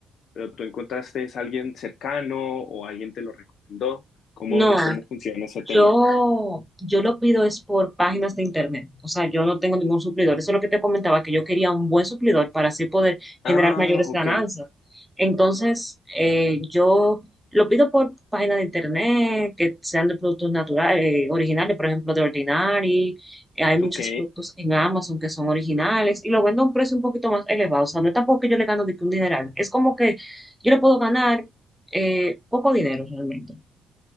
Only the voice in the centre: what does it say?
No,
Yo, yo lo pido es por páginas de internet, o sea, yo no tengo ningún suplidor. Eso es lo que te comentaba, que yo quería un buen suplidor para así poder generar
mayores
ganancias. Entonces, eh, yo lo pido por páginas de internet que sean de productos naturales, eh, originales, por ejemplo, de Ordinary. Eh, hay muchos
productos en Amazon que son originales y lo vendo a un precio un poquito más elevado. O sea, no es tampoco que yo le gano de que un dineral, es como que yo le puedo ganar eh, poco dinero realmente.